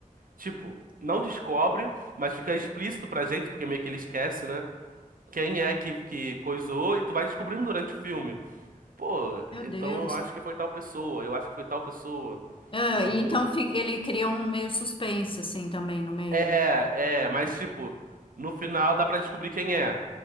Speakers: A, on the right; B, on the left.
A: Tipo, não descobre, mas fica explícito pra gente, porque meio que ele esquece, né? Quem é que, que coisou, e tu vai descobrindo durante o filme. Pô,
B: Meu
A: então
B: Deus.
A: eu acho que foi tal pessoa, eu acho que foi tal pessoa.
B: Ah,
A: Então
B: e
A: foi
B: então
A: o.
B: fi- ele cria um meio suspense, assim, também, no meio.
A: É, é, mas tipo, no final dá pra descobrir quem é,